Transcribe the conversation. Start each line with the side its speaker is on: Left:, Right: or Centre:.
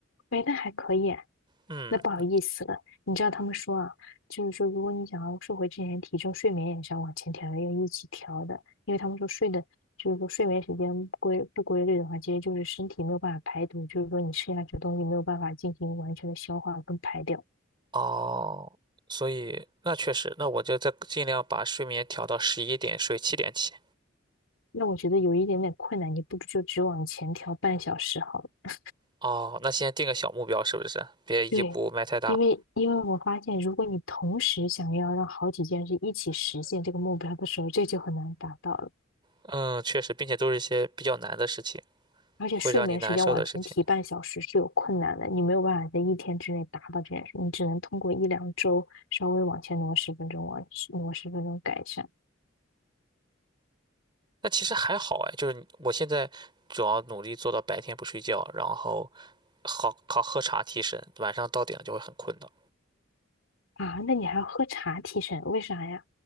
Left: 哎，那还可以啊。
Right: 嗯，
Left: 那不好意思了，你知道他们说啊，就是说，如果你想要瘦回之前的体重，睡眠也是要往前调的，要一起调的，因为他们说睡的，就是说睡眠时间不规不规律的话，其实就是身体没有办法排毒，就是说你吃下去的东西没有办法进行完全的消化跟排掉。
Right: 哦，所以那确实，那我就再尽量把睡眠调到十一点睡，七点起。
Left: 那我觉得有一点点困难，你不如就只往前调半小时好了。
Right: 哦，那先定个小目标是不是？别一步迈太大。
Left: 对，因为因为我发现，如果你同时想要让好几件事一起实现这个目标的时候，这就很难达到了。
Right: 嗯，确实，并且都是一些比较难的事情，
Left: 而且睡眠时间往前提半小时是有困难的，
Right: 会让你难受的事情。
Left: 你没有办法在一天之内达到这件事，你只能通过一两周稍微往前挪十分钟，往挪十分钟改善
Right: 那其实还好哎，就是我现在主要努力做到白天不睡觉，然后好靠喝茶提神，晚上到点了就会很困的。
Left: 啊。那你还要喝茶提神，为啥呀？